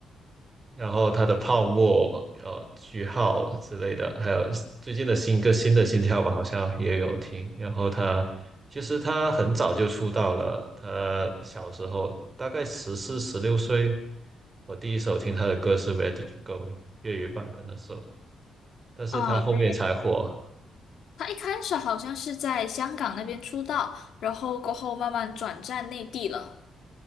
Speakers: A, on the right (about 25°); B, on the left (about 65°).
A: 然后他的泡沫、呃句号之类的，还有最近的新歌新的心跳吧，好像也有听。然后他其实他很早就出道了，他小时候大概十四十六岁，我第一首听他的歌是《Where Did You Go》粤语版的那首，但是他后面才火。
B: 啊，对，她一开始好像是在香港那边出道，然后过后慢慢转战内地了。